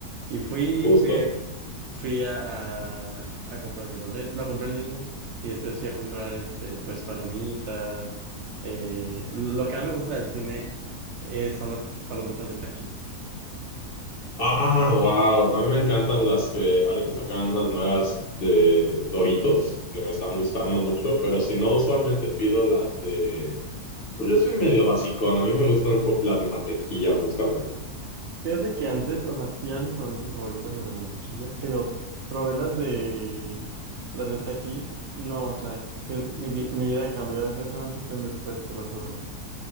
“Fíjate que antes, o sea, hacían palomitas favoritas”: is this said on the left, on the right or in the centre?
Right